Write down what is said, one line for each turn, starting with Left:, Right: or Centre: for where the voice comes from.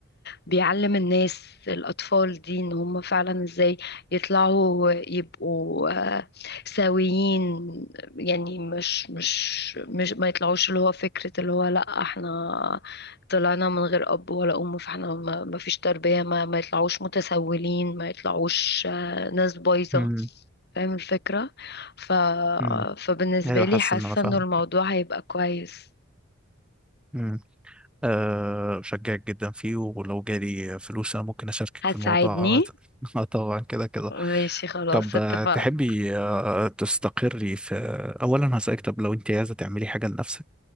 Left: بيعلم الناس الأطفال دي إن هم فعلا إزاي يطلعوا يبقوا آه، سويين يعني مش مش مش ما يطلعوش اللي هو فكرة اللي هو لأ احنا طلعنا من غير أب ولا أم فاحنا ما ما فيش تربية ما, ما يطلعوش متسولين ما يطلعوش آه، ناس بايظة
Centre: مم.
Left: فاهم الفكرة ف...
Centre: مم.
Left: فبالنسبة
Centre: ايوه
Left: لي
Centre: حاسس
Left: حاسة
Centre: ان انا فاهمك
Left: إنه الموضوع هيبقى كويس
Centre: امم أه بشجعك جدا فيه ولو جالي فلوس انا ممكن اشاركك
Left: هتساعدني
Centre: في الموضوع عامة. <laughs> اه طبعا كده كده
Left: ماشي خلاص
Centre: طب
Left: اتفقنا
Centre: آه، تحبي آه، تستقري في اولا هسألك طب لو انت عايزه تعملي حاجه لنفسك